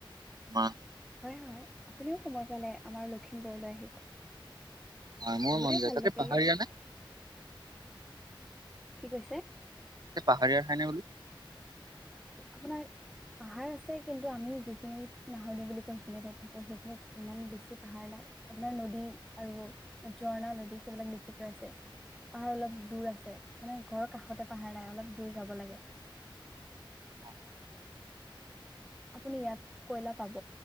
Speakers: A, on the right; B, in the centre.
A: মাহ
B: হয় হয় আপুনিও সময় পালে আমাৰ লক্ষিমপুৰলৈ আহিব।
A: হয় মোৰো
B: বহুৰে
A: মন যায়
B: ভাল
A: তাতে
B: লাগে
A: পাহাৰীয়া
B: ইয়াত।
A: নে
B: কি কৈছে?
A: এয়া পাহাৰীয়াৰ ঠাই নে বোলো?
B: আপোনাৰ পাহাৰ আছে কিন্তু আমি যিখিনিত নাহৰ দিও বুলি কয়, সেইখিনি ঠাইত থাকো সেইখিনিত ইমান বেছি পাহাৰ নাই, আপোনাৰ নদী আৰু ঝৰ্ণা, নদী, সেইবিলাক বেছিকে আছে। পাহাৰ অলপ দূৰ আছে মানে ঘৰৰ কাষতে পাহাৰ নাই অলপ দূৰ যাব লাগে।
A: <inaudible>
B: আপুনি ইয়াত কয়লা পাব